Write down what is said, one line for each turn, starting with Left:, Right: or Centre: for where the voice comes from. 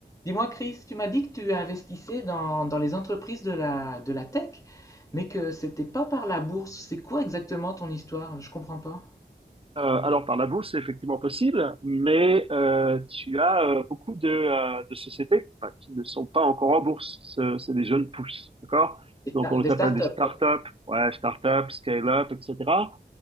Left: Dis-moi, Chris, tu m'as dit que tu investissais dans, dans les entreprises de la, de la tech, mais que c'était pas par la bourse. C'est quoi exactement ton histoire? Je comprends pas.
Right: Euh, alors par la bourse, c'est effectivement possible, mais euh, tu as euh, beaucoup de, euh, de sociétés enfin, qui ne sont pas encore en bourse. Ce- C'est des jeunes pousses, d'accord?
Left: Des, sta-
Right: Donc on
Left: des
Right: les appelle
Left: startups,
Right: des startups,
Left: quoi.
Right: ouais, startups, scale-up, etc.